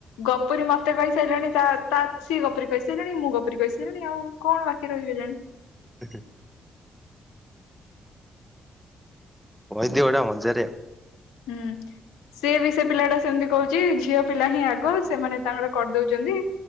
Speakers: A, on the left; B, in the centre.
A: ଗପୁରୀ ମତେ କହିସାରିଲାଣି ତା ତା ସିଏ ଗପୁରୀ କହିସାରିଲାଣି ମୁଁ ଗପୁରୀ କହିସାରିଲିଣି ଆଉ କଣ ବାକି ରହିଚିକେଯାଣି।
B: <inaudible> କହିଦିଅ ବଡିଆ ମଜାରେ।
A: ହୁଁ। ସେ ବି ସେ ପିଲା ଟା ସେମିତି କହୁଚି ଝିଅ ପିଲା ହିଁ ଆଗ ସେମାନେ ତାଙ୍କର କରିଦୋଉଚନ୍ତି।